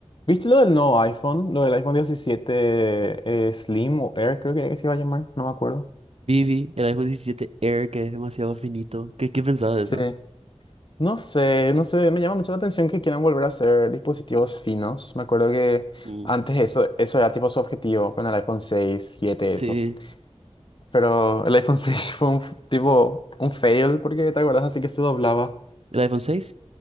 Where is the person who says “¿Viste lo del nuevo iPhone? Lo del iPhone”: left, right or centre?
Left